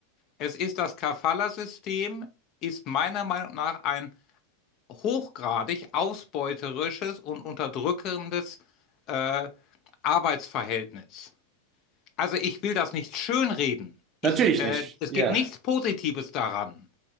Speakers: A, on the left (about 35°); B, on the right (about 25°).
A: es ist das Kafala-System, ist meiner Meinung nach ein hochgradig ausbeuterisches und unterdrückendes äh, Arbeitsverhältnis. Also ich will das nicht schönreden. Ich,
B: Natürlich
A: äh,
B: nicht.
A: es
B: Ja.
A: gibt nichts Positives daran.